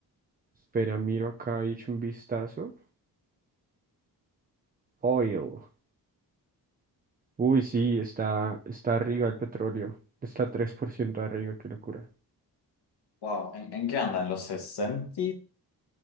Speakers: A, on the right; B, on the left.
A: Espera, miro acá, he hecho un vistazo. Oil. Uy, sí, está, está arriba el petróleo. Está 3% arriba, qué locura.
B: Wow, ¿en, en qué anda? ¿En los 60s,